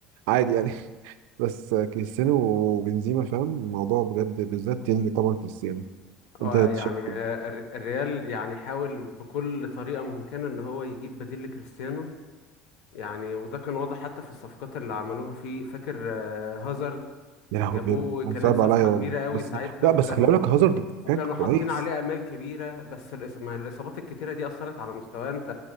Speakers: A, on the right (about 70°); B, on the left (about 55°).
A: عادي يعني <laughs> بس كريستيانو وبنزيما فاهم الموضوع بجد بالذات يعني طبعا كريستيانو
B: <laughs> اه
A: انت
B: يعني
A: شايف
B: آه،
A: إيه؟
B: الر- الريال يعني حاول بكل طريقة ممكنة ان هو يجيب بديل لكريستيانو يعني وده كان واضح حتى في الصفقات اللي عملوها في فاكر آه، هازارد
A: يا لهوي
B: جابوه
A: بجد
B: كانت
A: صعب
B: صفقة
A: عليا والله
B: كبيرة قوي
A: بس
B: ساعتها
A: لا
B: وكانوا
A: بس خلي بالك هازارد كفاك
B: وكانوا
A: كويس
B: حاطين عليه آمال كبيرة بس الإص- ما الإصابات الكتيرة دي أثرت على مستواه أنت